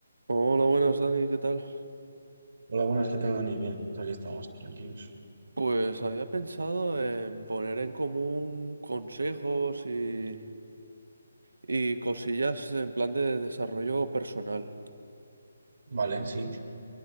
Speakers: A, on the right; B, on the right.
A: Hola, buenas Dani, ¿qué tal?
B: Hola, buenas, ¿qué tal, Dani? Bien, pues aquí estamos, tranquilos.
A: Pues había pensado en poner en común consejos y, y cosillas en plan de desarrollo personal.
B: Vale, sí.